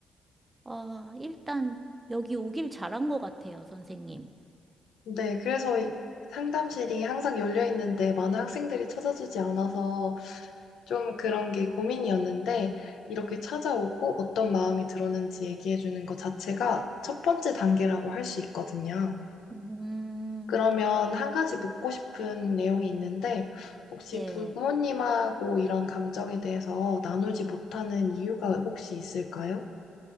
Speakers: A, on the right; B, on the left.
A: 아, 일단 여기 오길 잘한 것 같아요, 선생님.
B: 네, 그래서 이 상담실이 항상 열려 있는데 많은 학생들이 찾아주지 않아서 좀 그런 게 고민이었는데, 이렇게 찾아오고 어떤 마음이 들었는지 얘기해주는 것 자체가 첫 번째 단계라고 할 수 있거든요.
A: 음,
B: 그러면 한 가지 묻고 싶은 내용이 있는데, 혹시
A: 네.
B: 부모님하고 이런 감정에 대해서 나누지 못하는 이유가 혹시 있을까요?